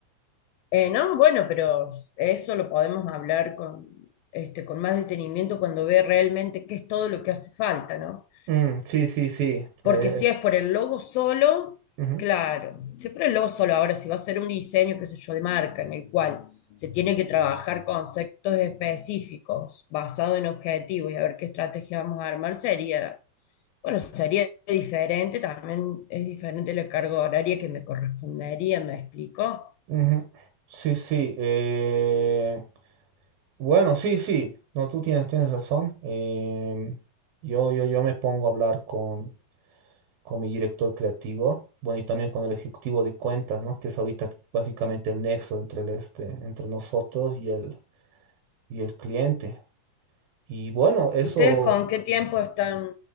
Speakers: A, on the left; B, on the right.
A: Eh, no, bueno, pero eso lo podemos hablar con, este, con más detenimiento cuando ve realmente qué es todo lo que hace falta, ¿no?
B: Mm, sí, sí, sí.
A: Porque
B: eh,
A: si es por el logo solo,
B: ujú.
A: claro, si es por el logo solo, ahora si va a ser un diseño, qué sé yo, de marca, en el cual se tiene que trabajar conceptos específicos basados en objetivos y a ver qué estrategia vamos a armar, sería, bueno, sería diferente, también es diferente la carga horaria que me correspondería, ¿me explico?
B: Ujú. Sí, sí. eh, Bueno, sí, sí. No, tú tienes, tienes razón. Em, yo, yo, yo me pongo a hablar con, con mi director creativo, bueno, y también con el ejecutivo de cuentas, ¿no? Que es ahorita básicamente el nexo entre el este, entre nosotros y el, y el cliente. Y bueno, eso,
A: ¿Ustedes con qué tiempo están,